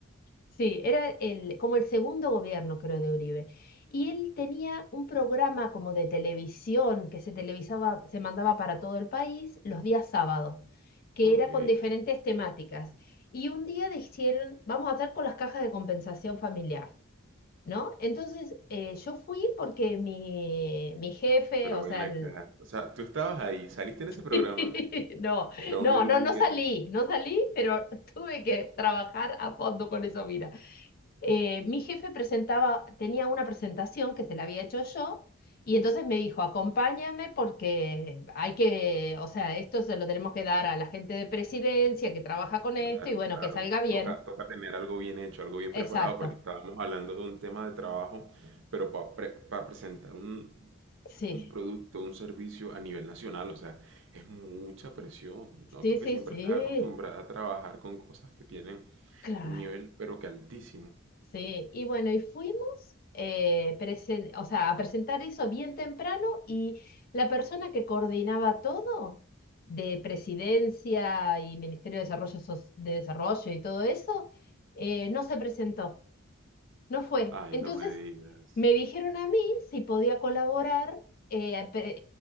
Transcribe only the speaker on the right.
Ok,
pero
ven
acá.
O sea, tú estabas ahí, saliste en ese programa.
No
me digas.
Claro,
claro.
Toca, toca tener algo bien hecho, algo bien preparado,
porque estábamos hablando de un tema de trabajo, pero para presentar un,
un producto, un servicio a nivel nacional, o sea, es mucha presión. Noto
que
siempre
estás acostumbrada a trabajar con cosas que tienen
un nivel, pero que altísimo.
Ay,
no me digas,